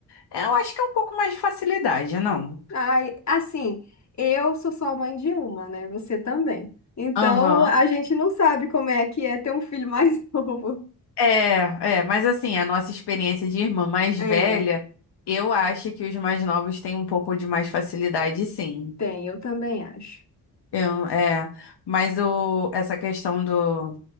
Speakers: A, on the left; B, on the left.
A: é, Eu acho que é um pouco mais de facilidade, não?
B: Ai, assim, eu sou só mãe de uma, né? Você também. Então,
A: Aham.
B: a gente não sabe como é que é ter um filho mais <laughs> novo.
A: É, é, mas assim, a nossa experiência de irmã mais
B: É,
A: velha, eu acho que os mais novos têm um pouco de mais facilidade, sim.
B: tem, eu também acho.
A: Eu, é, mas o, essa questão do,